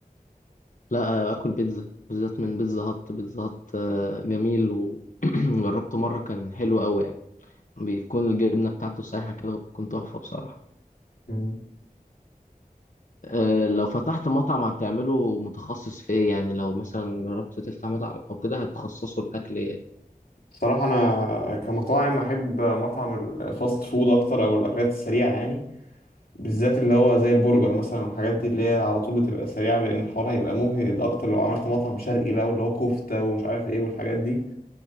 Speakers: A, on the left; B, on the left.
A: لا اكل بيتزا بالذات من بيتزا هات بيتزا هات آه، جميل وجربته <clears throat> مره كان حلو قوي يعني بيكون الجبنه بتاعته سايحه كده وبتكون تحفه بصراحه
B: مم.
A: آه، لو فتحت مطعم هتعمله متخصص في ايه يعني لو مثلا جربت تفتح مطعم او كده هتخصصه الاكل
B: الصراحة انا كمطاعم احب مطعم الفاست فود اكتر او الاكلات السريعة يعني بالذات اللي هو زي البرجر مثلا والحاجات دي اللي هي على طول بتبقى سريعة لأن الحوار هيبقى مجهد أكتر لو عملت مطعم شرقي بقى واللي هو كفتة ومش عارف إيه والحاجات دي